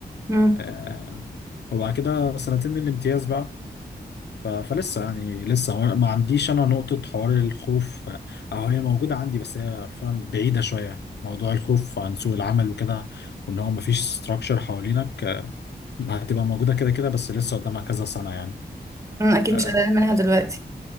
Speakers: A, on the right; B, on the left.
A: امم
B: آه وبعد كده سنتين الامتياز بقى ف- فلسه يعني لسه ما عنديش أنا نقطة حوار الخوف أو هي موجودة عندي بس هي فاهم بعيدة شوية موضوع الخوف عن سوق العمل وكده وإن هو مفيش ستراكشر حوالينك آه، هتبقى موجودة كده كده بس لسه قدامها كذا سنة يعني
A: اكيد
B: آه،
A: مش قلقان منها دلوقتي